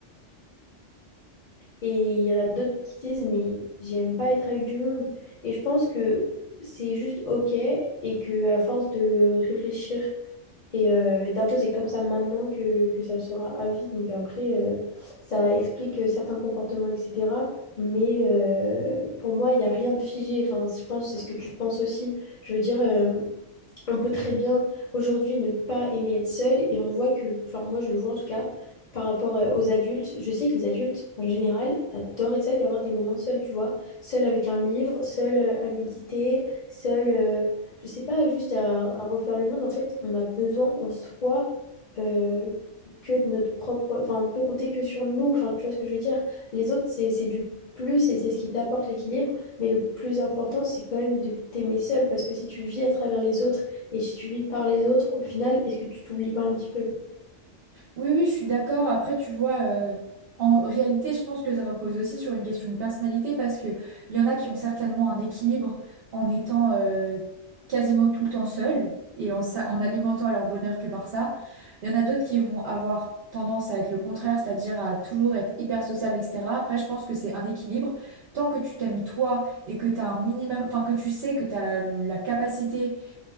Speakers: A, on the left (about 45°); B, on the right (about 60°).
A: et il y en a d'autres qui disent, mais j'aime pas être avec du monde. Et je pense que c'est juste OK et que à force de réfléchir Et euh, Dark Chose est comme ça maintenant que, que ça le sera à vie. Donc après, euh, ça explique euh, certains comportements, etc. Mais euh, pour moi, il n'y a rien de figé. Enfin, je pense que c'est ce que tu penses aussi. Je veux dire, euh, on peut très bien aujourd'hui ne pas aimer être seul et on voit que, enfin moi je le vois en tout cas par rapport euh, aux adultes, je sais que les adultes en général adorent être seuls et avoir des moments seuls, tu vois, seuls avec un livre, seuls euh, à méditer, seuls, euh, je sais pas, juste à, à refaire le monde. En fait, on a besoin en soi euh, que de notre propre, enfin on peut compter que sur nous, enfin tu vois ce que je veux dire. Les autres c'est c'est du plus et c'est ce qui t'apporte l'équilibre, mais le plus important c'est quand même de t'aimer seul parce que si tu vis à travers les autres et suivi par les autres, au final, est-ce que tu t'oublies pas un petit peu?
B: Oui, oui, je suis d'accord. Après, tu vois, euh, en réalité, je pense que ça repose aussi sur une question de personnalité parce que il y en a qui ont certainement un équilibre en étant euh, quasiment tout le temps seuls et en, sa- en alimentant leur bonheur que par ça. Il y en a d'autres qui vont avoir tendance à être le contraire, c'est-à-dire à toujours être hyper sociable, etc. Après, je pense que c'est un équilibre. Tant que tu t'aimes toi et que tu as un minimum, enfin que tu sais que tu as la la capacité